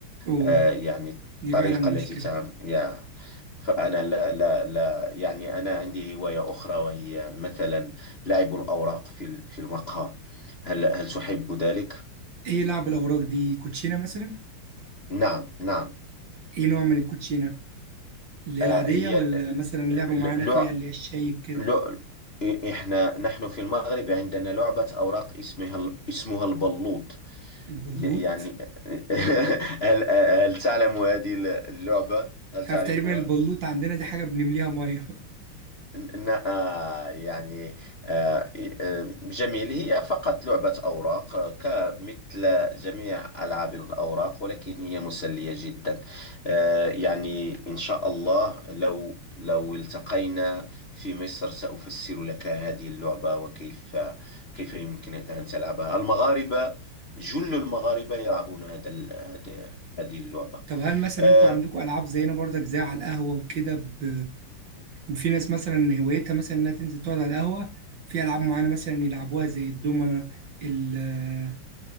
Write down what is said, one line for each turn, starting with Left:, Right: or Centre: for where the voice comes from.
Right: اوه
Left: آه، يعني
Right: دي
Left: الطريقة
Right: فعلا مشكلة
Left: التي تعم يا فأنا لا لا لا يعني أنا عندي هواية أخرى وهي مثلا لعب الأوراق في ال- في المقهى هل هل تحب ذلك؟
Right: ايه لعب الأوراق دي كوتشينة مثلا
Left: نعم نعم
Right: ايه نوع من الكوتشينة اللي هي
Left: آه،
Right: العادية
Left: هي
Right: ولا
Left: ال- ال-
Right: مثلا لعبوا
Left: ال-
Right: معانا فيها
Left: لع
Right: اللي هي الشايب كده
Left: لع إ- إحنا نحن في المغرب عندنا لعبة أوراق اسمها ال- اسمها البلوط
Right: البلوط
Left: ي- يعني <laughs> هل هل تعلم هذه اللعبة؟
Right: <laughs>
Left: هل
Right: مش
Left: تعرفها؟
Right: عارف تقريبا البلوط عندنا دي حاجة بنمليها مية <laughs>
Left: ن- آه، يعني آه، ي- آه، جميل هي فقط لعبة أوراق آه، كمثل جميع ألعاب الأوراق ولكن هي مسلية جدا آه، يعني إن شاء الله لو لو التقينا في مصر سأفسر لك هذه اللعبة وكيف كيف يمكنك أن تلعبها المغاربة جل المغاربة يلعبون هذا ال- هذا- هذه اللعبة
Right: طب هل مثلا
Left: آه،
Right: انتوا عندكم ألعاب زينا برضك زي على القهوة وكده ب... في ناس مثلا هوايتها مثلا انها تنزل تقعد على القهوة في ألعاب معانا مثلا يلعبوها زي الدومنة ال